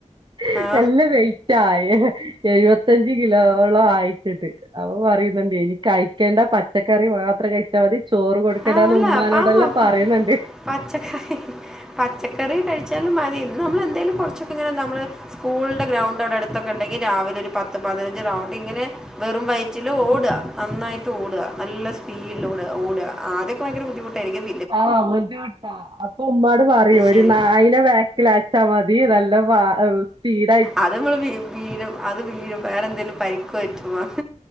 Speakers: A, on the right; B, in the centre.
A: ണെന്ന്
B: ആ
A: എല്ലാം വ വെയിട്ടാണ് എഴുപത്തഞ്ച് എഴുവത്തഞ്ചു കിലോളം ആയിട്ടുണ്ട് അ പറയുന്നുണ്ട് എനി കഴിക്കേണ്ട പച്ചക്കറി മാത്രം കഴി അവന് ചോറ് കൊടുക്കണ്ടാന്ന്
B: ആ അല്ല
A: ഉമ്മാനോടെല്ലാം
B: പാവം
A: പറയുന്നുണ്ട്
B: പച്ചക്കറി പച്ചക്കറി കഴിചാൽ ല്‌ മതി നമ്മള എന്തേലും കുറച്ചൊക്കെ നമ്മള് സ്കൂളിൻ്റെ ഗ്രൗണ്ട് അടെടുത്തൊക്കെ ഉണ്ടെങ്കിൽ രാവിലെ നമ്മുള്. പത്ത് പതിനഞ്ച് റൗണ്ട് ഇങ്ങനെ വെറും വയറ്റിൽ ഓടുക നന്നായിട്ട് ഓടുക നല്ല സ്പീഡിൽ ഓട ഓടുക ആ ആദ്യമൊക്കെ ഭയങ്കര ബുദ്ധമുട്ടായിരിക്കും.
A: ആഹ് അപ്പൊ ഉമ്മാട് പറയൂ ഒരു
B: ശരി
A: നായനെ ബാക്കിൽ അയച്ചാ മതി നല്ല ആ സ്പീഡ്
B: അത് നമ്മള് വീണും അത് വീണും വേറെ എന്തേങ്കിലും പരിക്ക് പറ്റുമോ